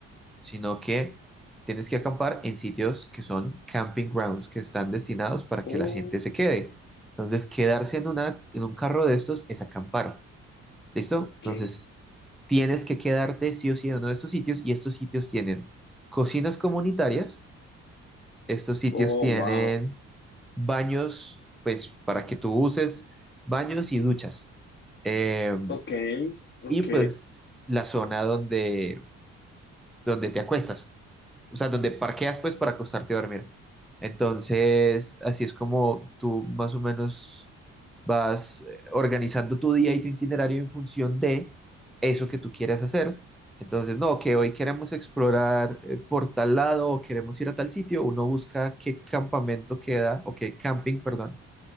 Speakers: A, in the centre; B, on the left.
A: sino que tienes que acampar en sitios que son camping grounds, que están destinados para
B: oh,
A: que la gente se quede. Entonces, quedarse en una, en un carro de estos es acampar. ¿Listo?
B: ok,
A: Entonces, tienes que quedarte sí o sí en uno de estos sitios y estos sitios tienen cocinas comunitarias, estos sitios
B: oh,
A: tienen
B: wow,
A: baños, pues para que tú uses baños y duchas. Eh,
B: ok, ok,
A: y pues la zona donde, donde te acuestas o sea, donde parqueas pues para acostarte a dormir. Entonces, así es como tú más o menos vas eh, organizando tu día y tu itinerario en función de eso que tú quieras hacer. Entonces, no, que hoy queremos explorar eh, por tal lado o queremos ir a tal sitio, uno busca qué campamento queda o qué camping, perdón,